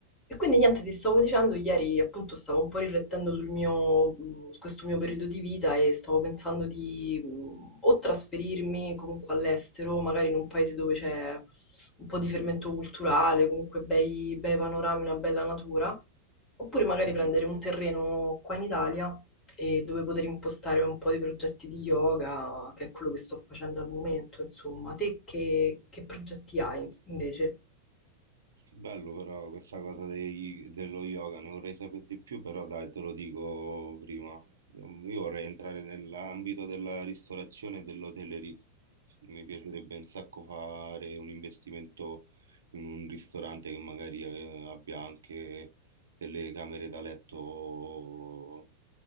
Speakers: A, on the left; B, on the right.
A: E quindi niente, ti stavo dicendo, ieri appunto stavo un po' riflettendo sul mio, mh, su questo mio periodo di vita e stavo pensando di mh, o trasferirmi comunque all'estero, magari in un paese dove c'è un po' di fermento culturale, comunque bei, bei panorami, una bella natura, oppure magari
B: Mhm.
A: prendere un terreno qua in Italia e dove poter impostare un po' di progetti di yoga, che è quello che sto facendo al momento, insomma. Te che, che progetti hai invece?
B: Che bello però questa cosa dei- dello yoga, ne vorrei sapere di più, però dai, te lo dico prima. Ehm, Io vorrei entrare nell'ambito della ristorazione e dell'hotellerie. Mi piacerebbe un sacco fare un investimento in un ristorante che magari eh, abbia anche delle camere da letto